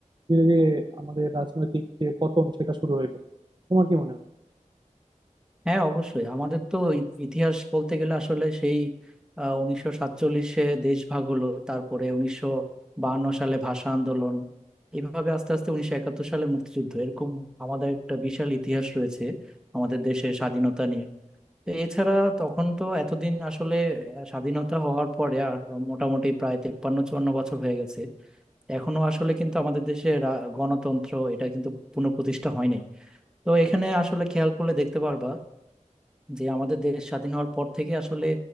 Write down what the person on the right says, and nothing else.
ধীরে ধীরে আমাদের রাজনৈতিক যে পতন সেটা শুরু হইলো তোমার কি মনে হয়